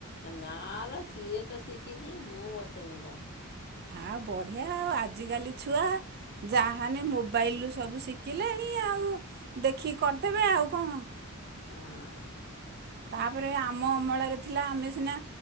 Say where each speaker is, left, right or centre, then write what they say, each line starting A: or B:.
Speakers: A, on the left; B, on the right.
A: ନା ଲୋ ସିଏ ତ ଶିଖିଚି ମୁଁ ବତେଇମି କଣ।
B: ଆ ବଢିଆ ଆଉ ଆଜିକାଲି ଛୁଆ। ଯାହାନେ ମୋବାଇଲରୁ ସବୁ ଶିଖିଲେଣି ଆଉ ଦେଖିକି କରଦେବେ ଆଉ କଣ।
A: ହଁ।
B: ତାପରେ ଆମ ଅମଳାରେ ଥିଲା ଆମେ ସିନା